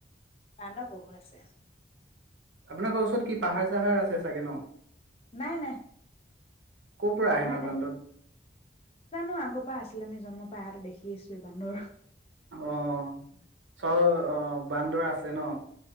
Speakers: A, on the left (about 35°); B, on the right (about 85°).
A: বান্দৰ বহুত আছে
B: আপোনালোকৰ ওচৰত কি পাহাৰ চাহাৰ আছে চাগে ন?
A: নাই, নাই।
B: ক'ৰ পৰা
A: পাহাৰ
B: আহে ন
A: নাই।
B: বান্দৰ?
A: জানো আগৰ পৰা আছিলে, আমি জন্ম পা দেখি আছো, এই বান্দৰ
B: অ' চ অ' বান্দৰ আছে ন?